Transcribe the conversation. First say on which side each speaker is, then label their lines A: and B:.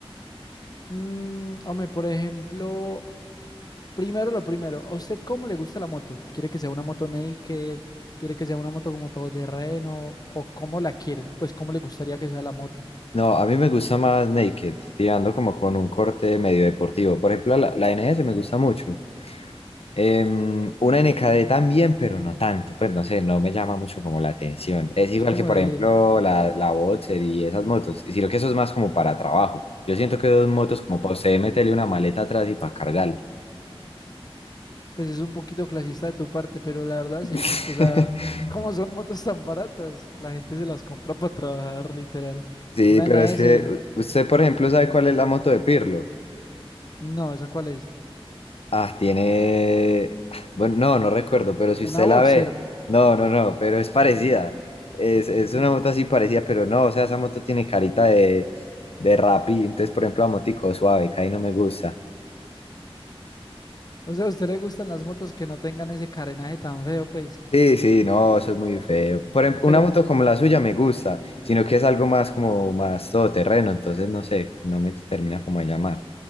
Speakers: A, on the left; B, on the left.
A: mm, hombre, por ejemplo, primero lo primero, ¿a usted cómo le gusta la moto? ¿Quiere que sea una moto naked? ¿Quiere que sea una moto como todoterreno? ¿O cómo la quiere? Pues cómo le gustaría que sea la moto.
B: No, a mí me gusta más naked, tirando como con un corte medio deportivo. Por ejemplo, la, la NS me gusta mucho. Em, una NKD también, pero no tanto, pues no sé, no me llama mucho como la atención. Es igual
A: Es como
B: que, por
A: de
B: ejemplo, la, la Boxer y esas motos, y sino que eso es más como para trabajo. Yo siento que dos motos como para usted meterle una maleta atrás y para cargarla.
A: Pues es un poquito clasista de tu parte, pero la verdad
B: <laughs>
A: sí. O sea, <laughs> ¿cómo son motos tan baratas? La gente se las compra para trabajar, literal.
B: Sí,
A: Una
B: pero
A: NS,
B: es que u- usted, por ejemplo, sabe cuál es la moto de Pirlo.
A: no, ¿esa cuál es?
B: Ah, tiene. <sighs> Bueno, no, no recuerdo, pero si
A: Una
B: usted la
A: Boxer.
B: ve, no, no, no, pero es parecida. Es, es una moto así parecida, pero no, o sea, esa moto tiene carita de, de Rappi. Entonces, por ejemplo, la motico suave, que ahí no me gusta.
A: O sea, a usted le gustan las motos que no tengan ese carenaje tan feo, pues.
B: Sí, sí, no, eso es muy feo. Por ejemplo,
A: Pero
B: una moto como la suya me gusta, sino que es algo más como más todoterreno, entonces no sé, no me termina como de llamar.